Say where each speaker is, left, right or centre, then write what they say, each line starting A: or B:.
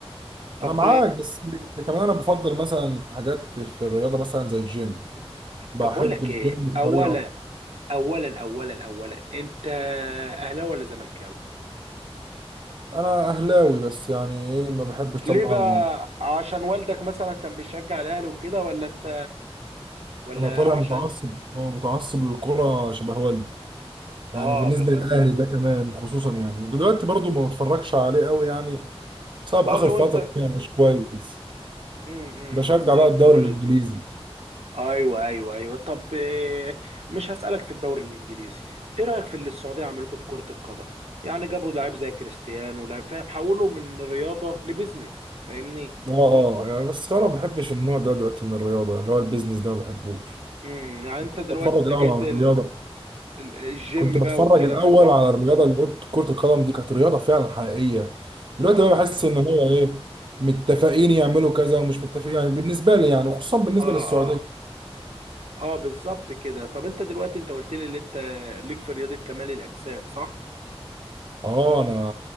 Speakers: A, on the right; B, on the right.
A: طب
B: انا معاك بس كمان انا بفضل مثلا حاجات في الرياضه مثلا زي الجيم بحب
A: طب بقول لك
B: الجيم
A: ايه
B: بطريقه
A: اولا اولا اولا اولا انت اهلاوي ولا زملكاوي
B: انا اهلاوي بس يعني ايه ما بحبش
A: ليه
B: طبعا
A: بقى عشان والدك مثلا كان بيشجع الاهلي وكده ولا انت ولا
B: انا طالع
A: عشان
B: متعصب
A: انت
B: اه متعصب للكره شبه والدي يعني
A: اه
B: بالنسبه
A: بف...
B: للاهلي ده كمان خصوصا يعني ودلوقتي برضو ما بتفرجش عليه قوي يعني بسبب
A: اه
B: اخر
A: لو
B: فتره
A: انت
B: يعني مش كويس
A: امم إمم،
B: بشجع
A: بالظبط
B: بقى الدوري
A: كده
B: الانجليزي
A: ايوه ايوه ايوه طب إيه، مش هسألك في الدوري الانجليزي ايه رأيك في اللي السعودية عملته في كرة القدم يعني جابوا لعيب زي كريستيانو لعيب فاهم حولوا من رياضة لبزنس فاهمني
B: اه اه يعني بس انا ما بحبش النوع ده دلوقتي من الرياضه اللي هو البيزنس ده ما بحبوش
A: امم يعني انت دلوقتي
B: بتفرج
A: اتجهت
B: الاول على
A: ال-
B: الرياضه
A: الجيم
B: كنت بتفرج
A: بقى والكلام
B: الاول
A: من ده
B: على الرياضه اللي رياضة كره القدم دي كانت رياضه فعلا حقيقيه دلوقتي
A: اه
B: بقى بحس ان هو ايه متفقين يعملوا كذا ومش متفقين يعني بالنسبه لي يعني وخصوصا بالنسبه
A: اه
B: للسعوديه
A: اه اه بالظبط كده طب انت دلوقتي انت قلت لي ان انت ليك في رياضة كمال الأجسام صح؟
B: اه انا